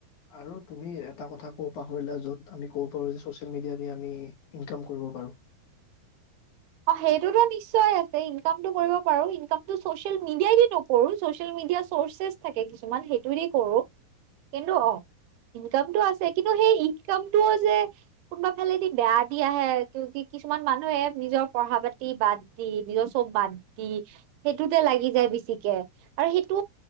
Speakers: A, on the left (about 65°); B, on the right (about 80°).
A: আৰু তুমি এটা কথা কব পাহৰিলা যে যত আমি কব পাৰো যে চচিয়েল মিডিয়া যে আমি ইনকাম কৰিব পাৰো
B: অঁ সেইটো নিশ্চয় আছে ইনকামটো কৰিব পাৰো ইনকটো চচিয়েল মিডিয়াইদি নকৰো চচিয়েল মিডিয়া চৰ্ছেছ থাকে কিছুমান সেইটোদি কৰো কিন্তু অ ইনকামতটো আছে কিন্তু সেই ইনকামটোও যে কোনোবা ফালেদি বেয়া দি আহে ক কি কিছুমান মানুহে নিজৰ পঢ়া পাতি বাদ দি নিজৰ চব বাদ দি সেইটোতে লাগি যায় বেছিকে আৰু সেইটো